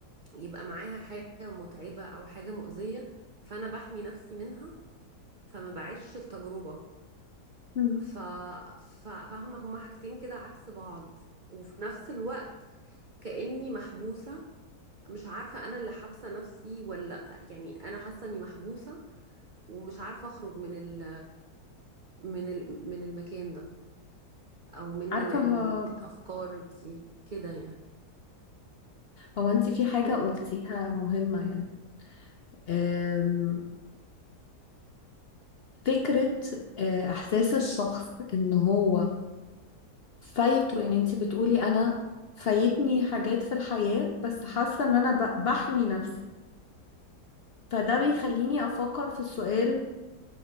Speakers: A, on the right; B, on the left.
A: يبقى معاها حاجة متعبة او حاجة مؤذية فانا بحمي نفسي منها فما بعيش التجربة
B: مم.
A: ف... ف... فاهمة هما حاجتين كده عكس بعض وفي نفس الوقت كأني محبوسة مش عارفة أنا اللي حابسة نفسي ولا يعني أنا حاسة إني محبوسة ومش عارفة أخرج من ال... من ال... من المكان ده أو من
B: عارفة
A: ال- الأفكار
B: هو,
A: دي كده يعني
B: هو انتي في حاجة
A: مم.
B: قلتيها مهمة يعني أم... فكرة أه، إحساس الشخص إن هو فايته يعني انتي بتقولي أنا فايتني حاجات في الحياة بس حاسة إن أنا ب- بحمي نفسي فده بيخليني أفكر في السؤال